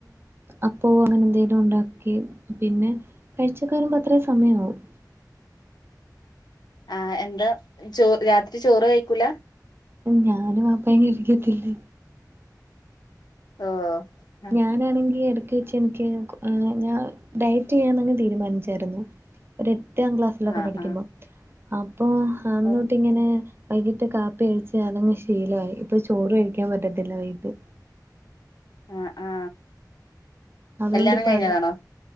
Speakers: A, on the right; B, on the left.
A: അപ്പ അങ്ങനെ എന്തെലും ഉണ്ടാക്കി പിന്നെ കഴിച്ചക്കെ വരുമ്പോ അത്രേ സമയാവും
B: ആ എന്താ ചോ രാത്രി ചോറ് കഴിക്കൂല
A: ഞാനും അപ്പങ്ങ് ഇരിക്കത്തില്ലേ
B: ഓ ആഹ്
A: ഞാനാണെങ്കി ഇടക്ക് വെച്ച് എനിക്ക് <unintelligible> ഞാൻ ഡയറ്റ് ചെയ്യാന്നങ്ങ് തീരുമാനിച്ചായിരുന്നു ഒരു പത്താം ക്ലാസ്സിലൊക്കെ
B: ആഹ്
A: പഠിക്കുമ്പോ
B: ആഹ്
A: ആം ഇപ്പൊ അന്നോട്ട്
B: ഓ
A: ഇങ്ങനെ വൈകിട്ട് കാപ്പി കഴിച്ച് അതങ്ങ് ശീലമായി ഇപ്പൊ ചോറും കഴിക്കാൻ പറ്റത്തില്ല വൈകിട്ട്
B: ആ ആ
A: അതുകൊണ്ടിപ്പോ
B: കല്യാണം കഴിഞ്ഞതാണോ
A: അത